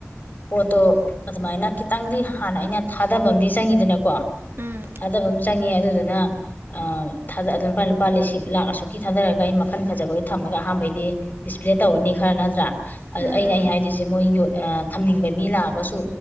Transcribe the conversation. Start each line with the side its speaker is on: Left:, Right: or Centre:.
Left: ꯄꯣꯠꯇꯣ ꯑꯗꯨꯃꯥꯏꯅ ꯈꯤꯇꯪꯗꯤ ꯍꯥꯟꯅ ꯑꯩꯅ ꯊꯥꯗꯕ ꯑꯃꯗꯤꯝ ꯆꯪꯉꯤꯗꯅꯀꯣ
Right: ꯎꯝ ꯎꯝ
Left: ꯊꯥꯗꯕ ꯑꯃ ꯆꯪꯉꯦ ꯑꯗꯨꯗꯨꯅꯥꯗ ꯑꯗꯨ ꯂꯨꯄꯥ ꯂꯨꯄꯥ ꯂꯤꯁꯤꯡ ꯂꯥꯛ ꯑꯁꯨꯛꯀꯤ ꯊꯥꯗꯔꯒ ꯑꯩꯅ ꯃꯈꯟ ꯐꯖꯕꯒꯤ ꯊꯝꯃꯒ ꯑꯍꯥꯟꯕꯩꯗꯤ ꯗꯤꯁꯄ꯭ꯂꯦ ꯇꯧꯔꯅꯤ ꯈꯔ ꯅꯠꯇ꯭ꯔꯥ
Right: ꯎꯝ
Left: ꯑꯩꯅ ꯑꯩ ꯍꯥꯏꯗꯣꯏꯁꯦ ꯃꯣꯏ ꯊꯝꯅꯤꯡꯕ ꯃꯤ ꯂꯥꯛꯑꯒꯁꯨ